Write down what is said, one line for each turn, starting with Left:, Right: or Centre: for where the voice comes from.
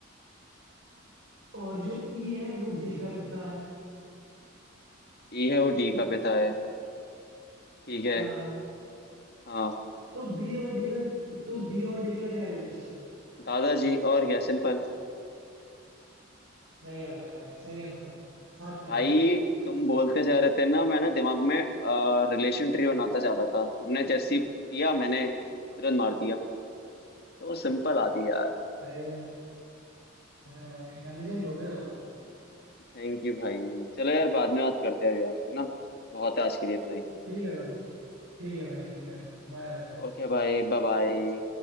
Right: और जो ई है वो डी का पिता है
Left: ई है वो डी का पिता है ठीक है
Right: हाँ
Left: हाँ
Right: तो बी और डी का तो बी और डी का क्या रिलेशन है
Left: दादाजी और क्या सिंपल
Right: सही बात है भाई सही आंसर सात करोड़
Left: भाई तुम बोलते जा रहे थे ना मैंने दिमाग में रिलेशन ट्री बनाता जा रहा था तुमने जैसी किया मैंने तुरंत मार दिया तो सिंपल आती यार
Right: सही है अरे भाई इंटेलिजेंट हो गए हो आप
Left: थैंक यू भाई चलो यार बाद में बात करते हैं यार है ना बहुत है आज के लिए इतना ही
Right: ठीक है भाई ठीक है भाई ठीक है Bye bye
Left: ओके भाई बाय बाय